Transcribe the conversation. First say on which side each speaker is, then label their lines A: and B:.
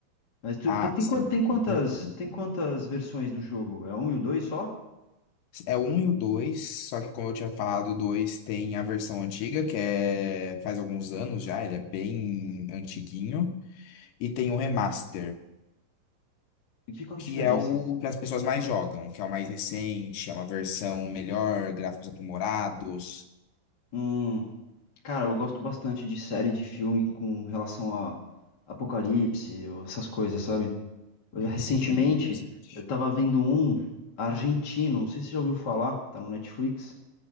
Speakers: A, on the left; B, on the left.
A: Mas, tu-
B: Ah,
A: mas tem,
B: sim,
A: quan- tem quantas,
B: com certeza.
A: tem quantas versões do jogo? É um e o dois só?
B: É o 1 e o 2, só que como eu tinha falado, o 2 tem a versão antiga, que é faz alguns anos já, ele é bem antiguinho, e tem o remaster,
A: E que, qual que
B: que
A: é a diferença?
B: é o que as pessoas mais jogam, que é o mais recente, é uma versão melhor, gráficos aprimorados.
A: Hum, cara, eu gosto bastante de série de filme com relação a apocalipse, essas coisas, sabe? Eu, Recentemente,
B: Sim, é bem interessante.
A: eu tava vendo um argentino, não sei se você já ouviu falar, tá no Netflix,